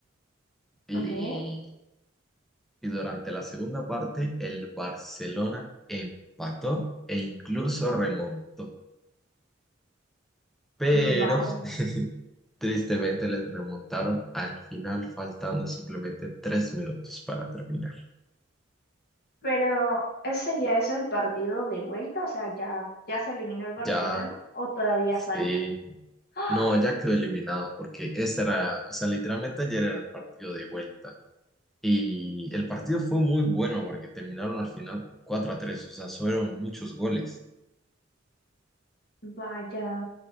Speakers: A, in the centre; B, on the left (about 50°).
A: y
B: ok,
A: y durante la segunda parte el Barcelona empató e incluso remontó. Pero
B: mm, vale.
A: <laughs> tristemente les remontaron al final, faltando simplemente tres minutos para terminar.
B: Pero ese ya es el partido de vuelta, o sea, ya, ya se eliminó el Barcelona
A: Ya,
B: o todavía
A: sí,
B: falta. ¡Ah!
A: no, ya quedó eliminado porque ese era, o sea, literalmente ayer era el partido de vuelta. Y el partido fue muy bueno porque terminaron al final 4 a tres o sea, fueron muchos goles.
B: Vaya,